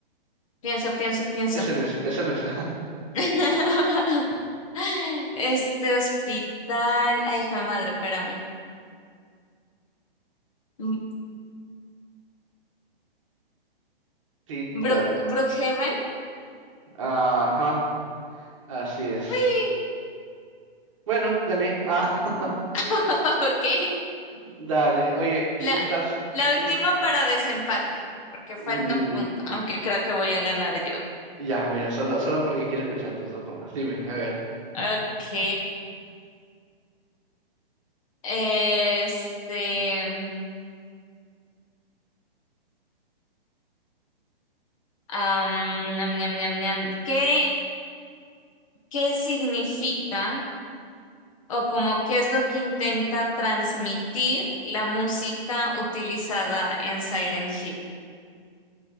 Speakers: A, on the left; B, on the right.
A: Pienso, pienso, pienso.
B: Ese no es, ese no es.
A: <laughs> Este hospital. Ay, hijo de madre, espérame. Mm,
B: <laughs> Tic-tac.
A: Brook- Brookhaven.
B: Ajá. Así es.
A: Uy,
B: Bueno, gané. Ah,
A: <laughs> ok.
B: <laughs> dale. Oye, un
A: La,
B: gustazo.
A: la última
B: Un-
A: para desempate, porque
B: mm,
A: falta un punto, aunque creo que voy a ganar yo.
B: ya, mira, solo, solo porque quiero escucharte un rato más. Dime, a ver.
A: Ok. Este. am, ñam, ñam, ñam, ñam. ¿Qué, qué significa o como qué es lo que intenta transmitir la música utilizada en Silent Hill?